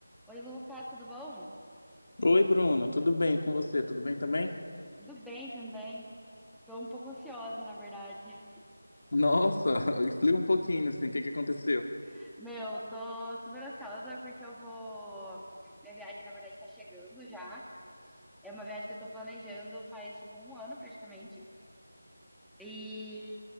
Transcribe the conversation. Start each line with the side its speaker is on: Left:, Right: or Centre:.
Centre: Oi, Lucas, tudo bom?
Left: Oi, Bruna, tudo bem com você? Tudo bem também?
Centre: Tudo bem também. Tô um pouco ansiosa, na verdade.
Left: Nossa, <laughs> explica um pouquinho assim, o que que aconteceu?
Centre: <laughs> Meu, tô super ansiosa porque eu vou. Minha viagem, na verdade, tá chegando já. É uma viagem que eu tô planejando faz, tipo, um ano praticamente. E